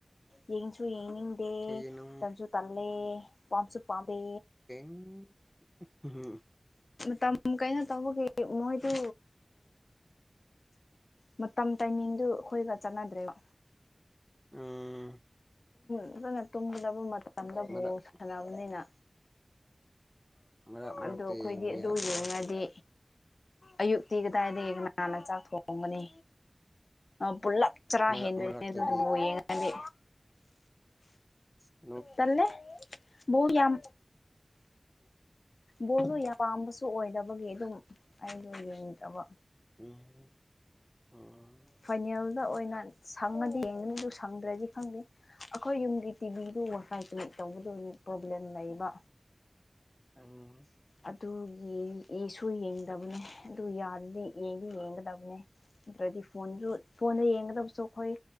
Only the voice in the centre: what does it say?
ꯀꯩꯒꯤꯅꯣ
ꯎꯝ ꯎ
ꯑ
ꯃꯔꯛ
ꯃꯔꯛ ꯃꯔꯛꯇ
ꯌꯦꯡꯕ
ꯌꯥꯗ꯭ꯔꯣ
ꯃꯔꯛ
ꯃꯔꯛꯇꯗꯤ
ꯑ
ꯎꯝ ꯎꯝ
ꯑꯝ